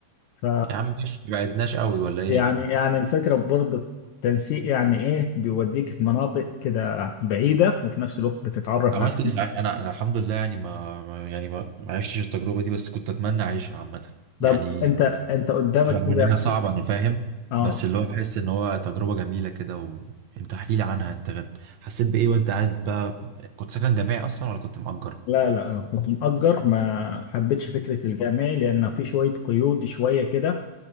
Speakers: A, on the left; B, on the right.
A: ف
B: يا عم ماشي مبعدناش قوي ولا ايه
A: يعني يعني الفكره برضه التنسيق يعني ايه بيوديك في مناطق كده بعيده وفي نفس الوقت بتتعرف
B: عملت
A: على
B: ايه صحيح انا انا الحمد لله يعني ما ما- يعني ما ما عشتش التجربه دي بس كنت اتمنى اعيشها عامه يعني
A: طب انت انت قدامك
B: رغم
A: كده
B: انها صعبه انا فاهم
A: اه
B: بس اللي هو احس ان هو تجربه جميله كده وانت احكي لي عنها انت غد- حسيت بايه وانت قاعد بقى كنت سكن جامعي اصلا ولا كنت مأجر
A: لا لا انا كنت مأجر ما حبيتش فكرة الجامعي لان في شوية قيود شوية كده